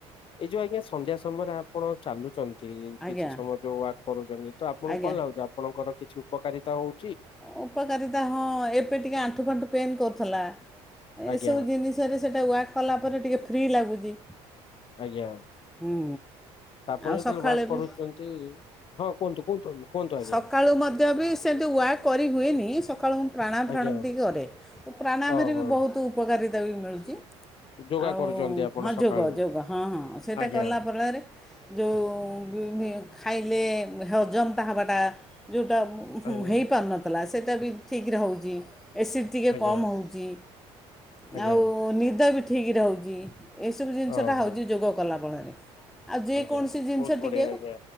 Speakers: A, on the left (about 40°); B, in the centre.
A: ଏଇ ଯୋଉ ଆଜ୍ଞା ସନ୍ଧ୍ୟା ସମୟରେ ଆପଣ ଚାଲୁ ଛନ୍ତି କିଛି
B: ଆଜ୍ଞା
A: ସମୟ ଯୋଉ ୱାକ୍ କରୁଛନ୍ତି ତ ଆପଣଙ୍କୁ
B: ଆଜ୍ଞା
A: କଣ ଲାଗୁଛି ଆପଣଙ୍କର କିଛି ଉପକାରିତା ହଉ
B: ଉପକାରିତା ହଁ ଏବେ ଟିକେ ଆଣ୍ଠୁ ଫାଣ୍ଠୁ ପେନ୍ କରୁଥିଲା <inaudible> ଏସବୁ
A: ଆଜ୍ଞା
B: ଜିନିଷରେ ସେଇଟା ୱାକ୍ କଲା ପରେ ଟିକେ ଫ୍ରି ଲାଗୁଛି।
A: ଆଜ୍ଞା
B: ହୁଁ।
A: <inaudible> ଆପଣ
B: ଆଉ
A: ଯେତେବେଳେ
B: ସକାଳେ
A: ୱାକ୍ କରୁଛନ୍ତି
B: ବି
A: ହଁ କୁହନ୍ତୁ କୁହନ୍ତୁ କୁହନ୍ତୁ
B: ସକାଳୁ
A: ଆଜ୍ଞା।
B: ମଧ୍ୟ ବି ସେମିତି ୱକ୍ କରିହୁଏନି ସକାଳୁ ପ୍ରାଣାୟମ୍ ଫ୍ରାଣାୟମ୍
A: ଆଜ୍ଞା
B: ଟିକେ କରେ ଓ ପ୍ରାଣାୟମ୍
A: ଓହୋ
B: ରେ ବି ବହୁତ ଉପକାରୀତା ବି ମିଳୁଛି।
A: ଯୋଗା
B: ଆଉ
A: କରୁଛନ୍ତି ଆପଣ
B: ହଁ
A: ସକାଳୁ
B: ଯୋଗ ଯୋଗ ହଁ ହଁ ସେଇଟା
A: ଆଜ୍ଞା
B: କଲା ଫଳରେ ଯୋଉ ଖାଇଲେ ହଜମ୍ ଟା ହବାଟା ଯୋଉଟା
A: ଆଜ୍ଞା
B: ହେଇପାରୁନା ଆଉ ସେଇଟା ବି ଠିକ୍ ରେ ହଉଛି। ଏସିଡ଼ ଟିକେ
A: ଆଜ୍ଞା
B: କମ୍ ହଉଛି, <inaudible>
A: ଆଜ୍ଞା
B: ଆଉ ନିଦ ବି ଠି ଠିକ୍ ରହୁଛି। ଏସବୁ ଜିନିଷଟା
A: ଓହୋ
B: ହଉଛି ଯୋଗ କଲା ଫଳ ଏ ଆଉ ଯେ
A: ଆଜ୍ଞା
B: କୌଣସି ଜିନିଷ
A: ବହୁତ ବଢିଆ
B: ଟିକେ
A: ଆଜ୍ଞା